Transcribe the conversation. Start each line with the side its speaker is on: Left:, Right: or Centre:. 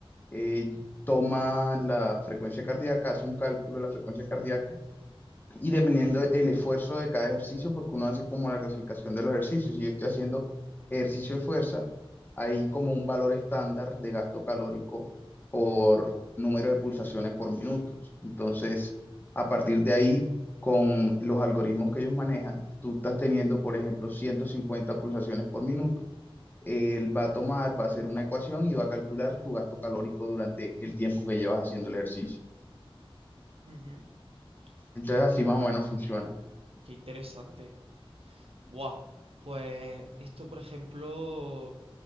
Left: eh, toma la frecuencia cardíaca, hace un cálculo de la frecuencia cardíaca y dependiendo el esfuerzo de cada ejercicio, porque uno hace como la clasificación de los ejercicios. Si yo estoy haciendo ejercicio de fuerza, hay como un valor estándar de gasto calórico por número de pulsaciones por minutos. Entonces, a partir de ahí, con los algoritmos que ellos manejan, tú estás teniendo, por ejemplo, 150 pulsaciones por minuto. Él va a tomar, va a hacer una ecuación y va a calcular tu gasto calórico durante el tiempo que llevas haciendo el ejercicio.
Right: Ujú,
Left: Entonces,
Right: Pues
Left: así
Right: qué,
Left: más o menos funciona.
Right: qué interesante. Buah, pues esto, por ejemplo,